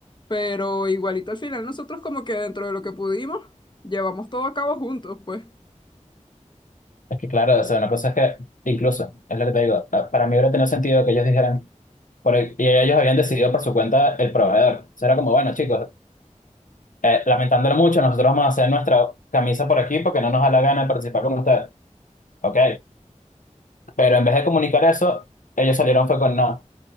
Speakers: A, on the left; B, on the left.
A: Pero igualito al final nosotros como que dentro de lo que pudimos, llevamos todo a cabo juntos, pues.
B: Es que claro, o sea, una cosa es que, incluso, es lo que te digo, pa- para mí hubiera tenido sentido que ellos dijeran, por el- y ellos habían decidido por su cuenta el proveedor. O sea, era como, bueno, chicos, eh, lamentándolo mucho, nosotros vamos a hacer nuestra camisa por aquí porque no nos da la gana de participar con ustedes. Ok. Pero en vez de comunicar eso, ellos salieron fue con no.